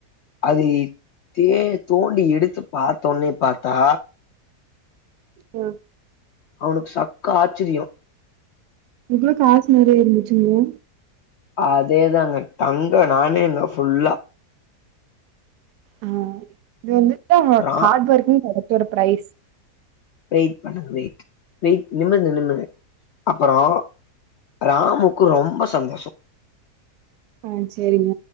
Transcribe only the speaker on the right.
ஆ
அதுக்குள்ள காசு நெறைய இருந்துச்சுங்ளா
ஆ இது வந்துட்டு அவ
ஹாட் ஒர்க்கிங் பண்ணதோட ப்ரைஸ்
ஆ சேரிங்க